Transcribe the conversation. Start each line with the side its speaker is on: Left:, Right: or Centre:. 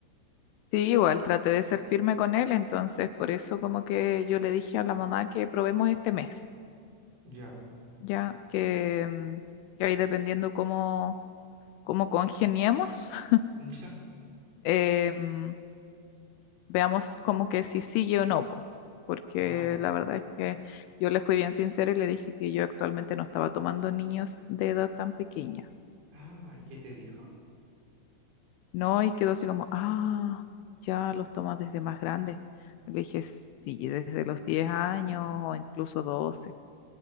Left: sí, igual traté de ser firme con él, entonces por eso como que yo le dije a la mamá que probemos este mes,
Right: Ya,
Left: ya que, mm, que ahí dependiendo cómo como congeniemos, <laughs>
Right: <laughs> ya.
Left: em, veamos como que si sigue o no, po. Porque
Right: Ah, ya.
Left: la verdad es que yo le fui bien sincera y le dije que yo actualmente no estaba tomando niños de edad tan pequeña,
Right: Ah, ¿y qué te dijo?
Left: ¿no? Y quedó así como, ah, ya los tomas desde más grandes. Le dije, sí, desde los 10 años o incluso doce